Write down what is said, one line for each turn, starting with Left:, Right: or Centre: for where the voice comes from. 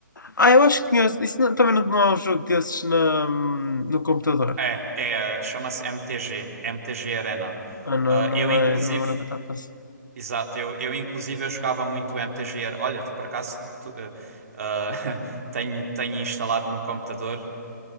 Left: Ah, eu acho que tinha. Isso não- também não, não é um jogo desses na, no computador.
Right: eh, é, é, chama-se MTG, MTG Arena.
Left: Ah, não,
Right: Ah,
Left: não
Right: eu inclusive,
Left: é, não era o que eu estava a pensar.
Right: exato, eu, eu inclusive eu jogava muito MTG. Ar- Olha, por acaso tu- eh, ah, <laughs> tenho, tenho instalado no computador.